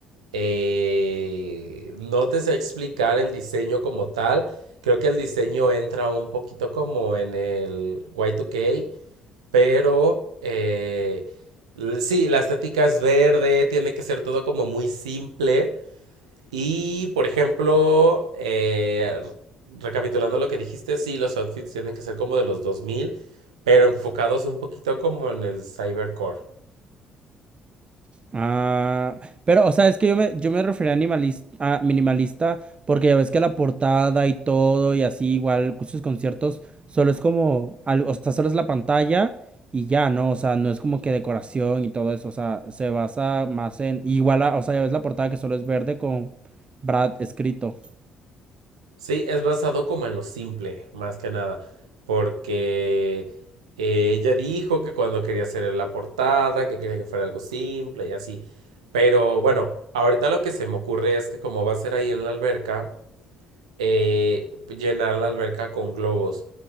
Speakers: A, on the right (about 85°); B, on the right (about 35°).
A: eh, no te sé explicar el diseño como tal. Creo que el diseño entra un poquito como en el Y2K Pero eh, l- sí, la estética es verde, tiene que ser todo como muy simple. Y, por ejemplo, eh, recapitulando lo que dijiste, sí, los outfits tienen que ser como de los 2000 pero enfocados un poquito como en el cybercore.
B: Ah, pero, o sea, es que yo me, yo me refería a, animalis- a minimalista porque ya ves que la portada y todo y así, igual sus conciertos, solo es como, al- o sea, solo es la pantalla y ya, ¿no? O sea, no es como que decoración y todo eso, o sea, se basa más en, igual, a- o sea, ya ves la portada que solo es verde con Brad escrito.
A: Sí, es basado como en lo simple, más que nada, porque eh, ella dijo que cuando quería hacer la portada, que quería que fuera algo simple y así. Pero bueno, ahorita lo que se me ocurre es que como va a ser ahí en la alberca, eh, llenar la alberca con globos